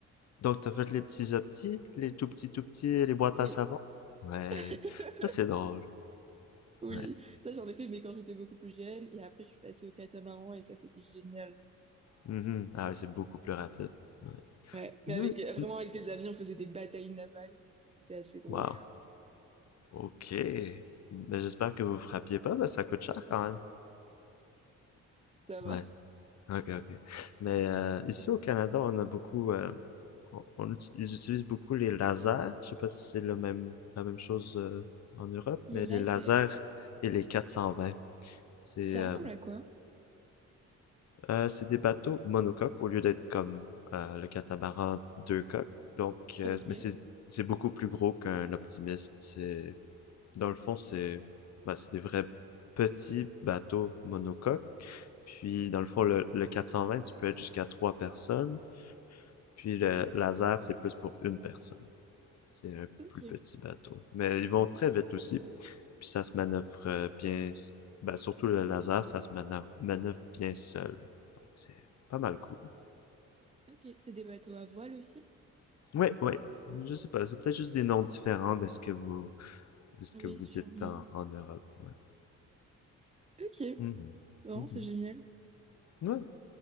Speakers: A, on the left; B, on the right.
A: donc t'as fait les petits optis, les tout petits, tout petits, les boîtes
B: Oui,
A: à savon. Ouais,
B: <laughs>
A: ça c'est drôle.
B: oui.
A: Ouais.
B: Ça, j'en ai fait, mais quand j'étais beaucoup plus jeune. Et après, je suis passée au catamaran et ça, c'était génial.
A: Mhm. Ah ouais, c'est beaucoup plus rapide. Ouais.
B: Ouais. Mais
A: Nous-
B: avec, vraiment,
A: hmm.
B: avec tes amis, on faisait des batailles navales. C'était assez drôle.
A: Wow. Ok. Mais j'espère que vous frappiez pas, parce que ça coûte cher quand même.
B: <laughs> Ça va.
A: Ouais, ok, ok. Mais euh, ici au Canada, on a beaucoup, euh, on, on uti- ils utilisent beaucoup les lasers. Je sais pas si c'est le même, la même chose euh, en Europe,
B: Les
A: mais
B: lasers.
A: les lasers et les 420, c'est
B: Ça
A: euh,
B: ressemble à quoi?
A: euh, c'est des bateaux monocoques au lieu d'être comme euh, le catamaran deux coques. Donc, euh,
B: Ok,
A: mais c'est c'est beaucoup plus gros qu'un optimiste. C'est dans le fond, c'est bah, c'est des vrais petits bateaux monocoques. Puis, dans le fond, le, le 420, tu peux être jusqu'à trois personnes. Puis le laser, c'est plus pour une personne. C'est un
B: ok,
A: plus petit bateau. Mais ils vont très vite aussi. Puis ça se manœuvre euh, bien. Ben, surtout le laser, ça se manœuvre, manœuvre bien seul. Donc c'est pas mal cool.
B: ok. C'est des bateaux à voile aussi?
A: Oui, oui. Je sais pas. C'est peut-être juste des noms différents de ce que vous, de ce
B: Oui,
A: que vous
B: sûrement.
A: dites en, en Europe. Ouais.
B: Ok,
A: Mhm.
B: vraiment,
A: Mhm.
B: c'est génial.
A: Ouais.